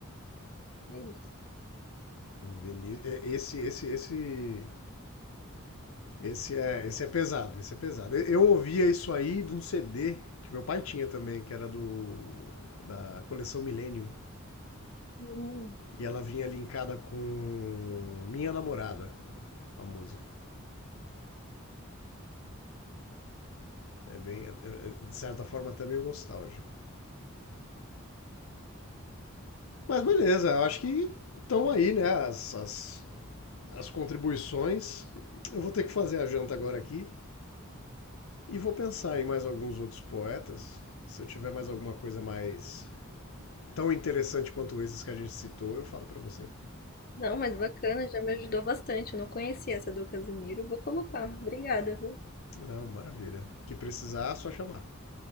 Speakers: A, on the left (about 45°); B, on the left (about 75°).
A: É isso.
B: Veni- é, Esse, esse, esse, esse é, esse é pesado. Esse é pesado. Eu- Eu ouvia isso aí de um CD que meu pai tinha também, que era do da coleção Millennium.
A: Hum.
B: E ela vinha linkada com Minha Namorada, a música. É bem, é- é- é, de certa forma até meio nostálgico. Mas beleza, eu acho que estão aí, né? As, as, as contribuições. Eu vou ter que fazer a janta agora aqui. E vou pensar em mais alguns outros poetas. Se eu tiver mais alguma coisa mais tão interessante quanto esses que a gente citou, eu falo para você.
A: Não, mas bacana, já me ajudou bastante. Eu não conhecia essa do Casimiro. Vou colocar. Obrigada, viu? Tá
B: Não, maravilha. O que precisar, é só chamar,